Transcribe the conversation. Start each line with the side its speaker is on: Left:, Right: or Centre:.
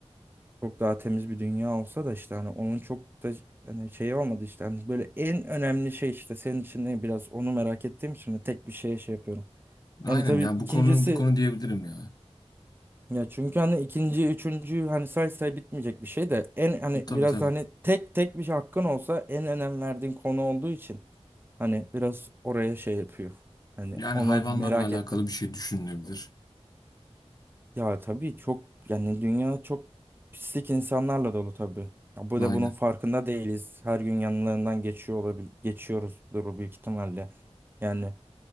Right: çok daha temiz bir dünya olsa da işte hani onun çok da hani şeyi olmadı işte hani böyle en önemli şey işte senin için ne biraz onu merak ettiğim için de tek bir şeye şey yapıyorum.
Left: Aynen
Right: Yani tabii
Left: ya
Right: ikincisi
Left: bu konu bu konu diyebilirim ya.
Right: ya çünkü hani ikinci, üçüncü hani say say bitmeyecek bir şey de en hani
Left: Tabii
Right: biraz
Left: tabii.
Right: da hani tek tek bir şey hakkın olsa en önem verdiğin konu olduğu için hani biraz oraya şey yapıyor. Hani
Left: Yani
Right: ona
Left: hayvanlarla
Right: merak
Left: alakalı
Right: ettim.
Left: bir şey düşünülebilir.
Right: Ya tabii çok yani dünya çok pislik insanlarla dolu tabii. Ya bu
Left: Aynen.
Right: da bunun farkında değiliz. Her gün yanlarından geçiyor olabil geçiyoruzdur büyük ihtimalle. Yani